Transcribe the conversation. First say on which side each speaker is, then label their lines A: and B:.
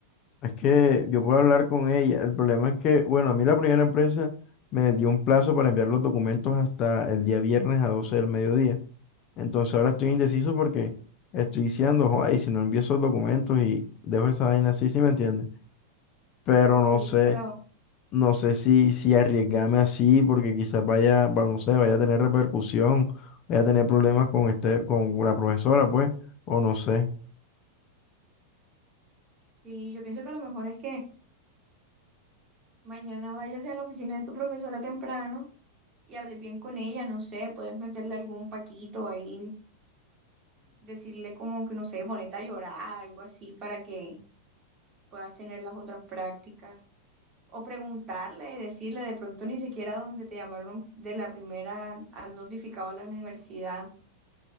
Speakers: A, on the left (about 35°); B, on the right (about 30°).
A: Es que yo puedo hablar con ella. El problema es que, bueno, a mí la primera empresa me dio un plazo para enviar los documentos hasta el día viernes a 12 del mediodía. Entonces ahora estoy indeciso porque estoy diciendo, ay, si no envío esos documentos y dejo esa vaina así, ¿sí me entiendes? Pero
B: Sí, sí,
A: no sé,
B: pero
A: no sé si, si arriesgarme así porque quizás vaya, va- no sé, vaya a tener repercusión, vaya a tener problemas con este, con la profesora, pues, o no sé.
B: sí, yo pienso que lo mejor es que mañana vayas a la oficina de tu profesora temprano y hables bien con ella, no sé, puedes meterle algún paquito ahí decirle como que, no sé, ponete a llorar, algo así, para que puedas tener las otras prácticas. O preguntarle, decirle de pronto ni siquiera donde te llamaron de la primera, han notificado a la universidad.